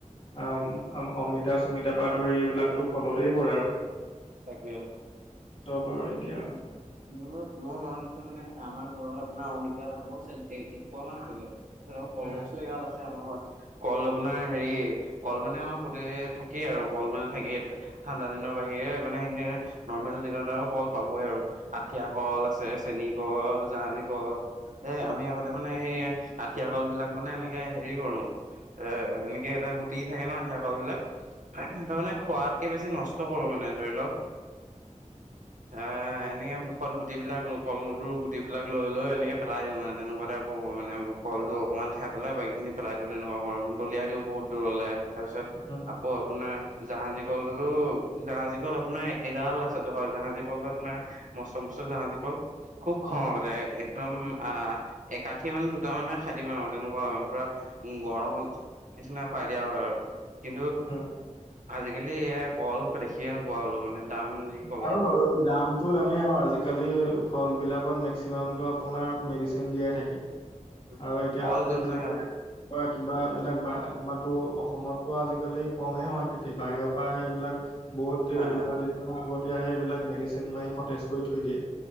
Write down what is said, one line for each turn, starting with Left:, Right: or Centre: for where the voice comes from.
Right: উম,
Left: অ অমিতা-চমিতা পৰা ধৰি এইবিলাকতো ফলতেই পৰে আৰু
Right: তাকে‌ অ
Left: চব আৰু এতিয়া
Right: মোৰ মোৰ মনত আছে মানে আমাৰ ঘৰত আপোনাৰ অমিতা গছ এসোপামান আছিলে। তাৰপিছত কলগছো
Left: উম,
Right: এগাল আছে আমাৰ ঘৰত। কল আপোনাৰ হেৰি কল মানে আমাৰ প্ৰতি থাকেই আৰু কল মানে থাকেই। ঠাণ্ডা দিনৰ বাহিৰে মানে এনেই। নৰ্মেল দিনত আৰু কল পাবই আৰু আঠিয়া কল আছে, চেনী কল, জাহাজী কল। এ আমি আগতে মানে এই আঠিয়া কল বিলাক মানে এনেকে হেৰি কৰো এ এনেকে এটা গুটি থাকে ন আঠিয়া কল বিলাক। তাৰমানে খোৱাতকে বেছি নষ্ট কৰো মানে ধৰি লওক। এ এনেকে মুখত গুটি বিলাক কলটোৰ গুটি বিলাক লৈ লৈ এনেকে পেলাই দিওঁ মানে তেনেকুৱা। টাইপৰ কৰো মানে কলটো অকনমান খাই পেলাই বাকী খিনি পেলাই দিও তেনেকুৱা কৰো দলিয়াই দিওঁ বহুত দূৰলে। তাৰপিছত
Left: উম,
Right: আকৌ আপোনাৰ জাহাজী কলতোটো জাহাজী কল আপোনাৰ এগাৰ আছেত হয় জাহাজী কলটো আপোনাৰ মস্ত মস্ত জাহাজী কল। খুব খাও
Left: উম।
Right: আগতে। একদম আহ একাশী মানে দুটামানহে খাই দিম আৰু তেনেকুৱা পুৰা উম গৰমত, নিচিনা খুৱাই দিয়া হয় আৰু কিন্তু
Left: উম।
Right: আজিকালি এ কল দেখিয়ে নোপোৱা হলো মানে। দাম যি
Left: হয়
Right: কলৰ
Left: বাৰু দামতটো দামেই আৰু আজিকালি ফল বিলাকত মেক্সিমামটো আপোনাৰ মেডিচিন দিয়াই থাকে।
Right: উম,
Left: আৰু এতিয়া
Right: কল
Left: আপেল
Right: যোনবিলাক
Left: চাপেল
Right: হয়,
Left: কিবাবিলাক
Right: হয়,
Left: বা আমাৰ ত অসমতো আজিকালি কমেই হয় খেতি বাহিৰৰ পৰা হে সেইবিলাক বহুত
Right: হয়, হয়,
Left: আগতিয়াহে সেই এইবিলাক মেডিচিন মাৰি সতেজ কৰি থৈ দিয়ে